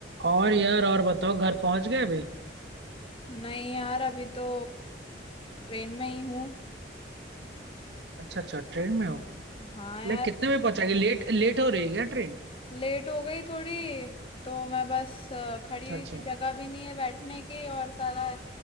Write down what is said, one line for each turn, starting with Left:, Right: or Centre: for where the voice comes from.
Right: और यार और बताओ घर पहुंच गए अभी
Left: नहीं यार अभी तो ट्रेन में ही हूँ
Right: अच्छा अच्छा ट्रेन में हो
Left: हाँ यार
Right: लाइक कितने बजे पहुंचाएगी लेट लेट हो रही है क्या ट्रेन
Left: लेट हो गई थोड़ी तो मैं बस अ, खड़ी
Right: अच्छा
Left: हुई
Right: अच्छा
Left: थी जगह भी नहीं है बैठने की और साला